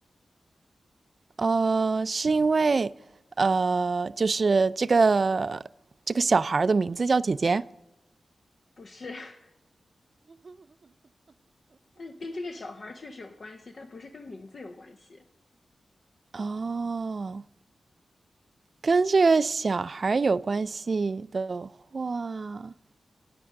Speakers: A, on the right; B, on the left.
A: 呃，是因为呃就是这个这个小孩儿的名字叫姐姐
B: 不是，<laughs> 但跟这个小孩确实有关系，但不是跟名字有关系，
A: 哦，跟这个小孩儿有关系的话，